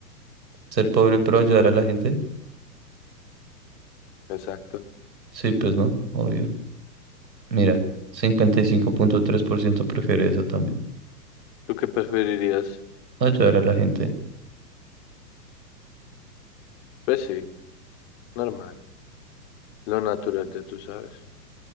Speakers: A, on the right; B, on the left.
A: Ser pobre pero ayudar a la gente.
B: exacto.
A: Sí, pues no, obvio Mira, cincuenta y cinco punto tres por ciento prefiere eso también.
B: ¿Tú qué preferirías?
A: Ayudar a la gente.
B: Pues sí, normal. Lo natural, ya tú sabes.